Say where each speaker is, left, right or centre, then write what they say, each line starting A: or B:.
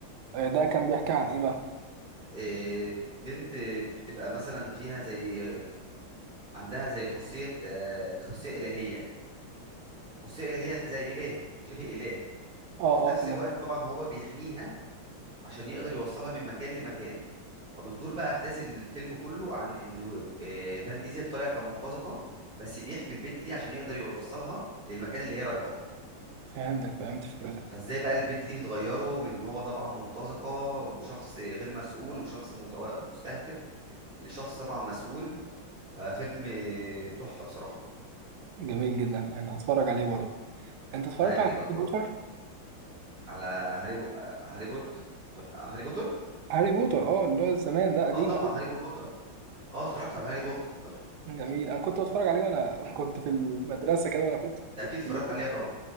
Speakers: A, on the right; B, on the right.
A: آه، ده كان بيحكي عن ايه بقى
B: إيه، بنت بتبقى مثلا فيها زي عندها زي خاصية آه، خاصية إلهية خاصية إلهية زي إله شبه إله
A: اه
B: وفي نفس
A: اه تمام
B: الوقت طبعا هو بيحميها عشان يقدر يوصلها من مكان لمكان فبتدور بقى أحداث الفيلم كله عن إنه آه، فان ديزل طالع كمرتزقة بس بيحمي البنت دي عشان يقدر يوصلها للمكان اللي هي رايحاه
A: فهمتك فهمت فكرتك
B: فازاي بقى البنت دي بتغيره من هو طبعا مرتزقة وشخص غير مسؤول وشخص متو... مستهتر لشخص طبعا مسؤول ففيلم تحفة بصراحة
A: جميل جدا انا هتفرج عليه برضو انت اتفرجت
B: ده هيعجبك
A: على هاري
B: برضه
A: بوتر
B: على هاري بو... هاري بوتر هاري بوتر
A: هاري بوتر اه اللي هو زمان ده قديم
B: اه طبعا
A: قوي
B: هاري بوتر اه اتفرجت على هاري بوتر
A: جميل انا كنت بتفرج عليه وانا كنت في المدرسه كده وانا كنت
B: انت اكيد اتفرجت
A: في-
B: عليها طبعا